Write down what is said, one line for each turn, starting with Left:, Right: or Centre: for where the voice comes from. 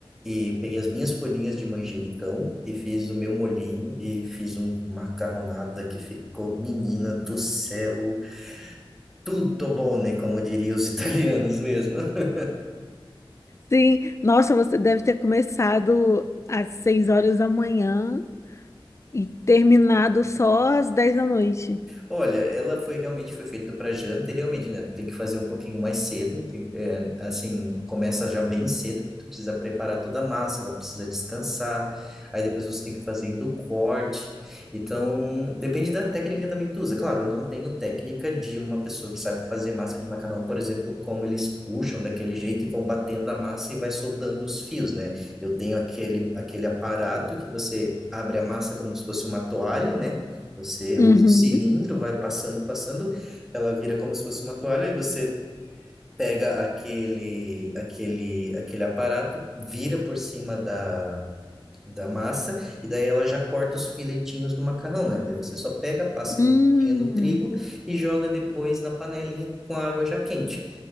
Centre: e peguei as minhas folhinhas de manjericão e fiz o meu molhinho e fiz uma macarronada que ficou, menina do céu, tudo bom, né? Como diriam os italianos mesmo. <laughs>
Left: Sim, nossa, você deve ter começado às seis horas da manhã e terminado só às dez da noite.
Centre: Olha, ela foi realmente foi feita para janta e realmente, né? Tu tem que fazer um pouquinho mais cedo, tem- é, assim, começa já bem cedo, porque tu precisa preparar toda a massa, ela precisa descansar, aí depois você tem que ir fazendo o corte. Então, depende da técnica também que tu usa. Claro, eu não tenho técnica de uma pessoa que sabe fazer massa de macarrão, por exemplo, como eles puxam daquele jeito e vão batendo a massa e vai soltando os fios, né? Eu tenho aquele, aquele aparato que você abre a massa como se fosse uma toalha, né? Você
Left: Uhum.
Centre: usa o cilindro, vai passando, passando, ela vira como se fosse uma toalha, e você pega aquele, aquele, aquele aparato, vira por cima da, da massa, e daí ela já corta os filetinhos do macarrão, né? Daí você só pega, passa
Left: Hum,
Centre: ali um pouquinho no trigo e joga depois na panelinha com a água já quente.